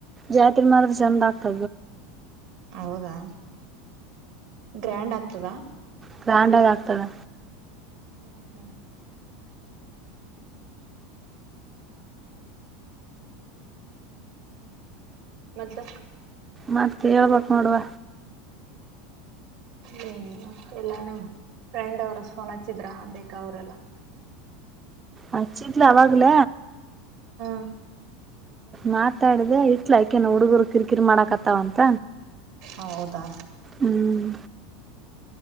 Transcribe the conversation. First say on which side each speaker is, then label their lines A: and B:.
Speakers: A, on the right (about 20°); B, on the right (about 70°).
A: ಜಾತ್ ಮಾತ್ರ ಚಂದ ಆಗ್ತ
B: ಹೌದಾ ಗ್ರ್ಯಾಂಡ್ ಆಗ್ತದಾ
A: ಗ್ರ್ಯಾಂಡ್ ಆಗ ಆಗ್ತದೆ
B: ಹ್ಮ್ ಹ್ಮ್ ಮತ್ತ
A: ಮತ್ತೆ ಹೇಳ್ಬೇಕಕ್ ನೋಡುವ
B: ಏನ್ ಎಲ್ಲಾನಮ್ ಫ್ರೆಂಡ್ ಅವ್ರ ಸ್ಫೋನ್ ಹಚ್ಚಿದ್ರ ಬೇಕಾ ಅವ್ರಲ್ಲ
A: ಅ ಚೀತ್ಲ ಅವಾಗಲ
B: ಹಾ
A: ಮಾತಾಡಿದೆೆ ಇಟ್ಲಯ್ಕೇನ ಹುಡುಗರು ಕಿರಿಕಿರಿ ಮಾಡಾಕತ್ತಾವಂತ
B: ಹೌದಾ
A: ಹ್ಮ್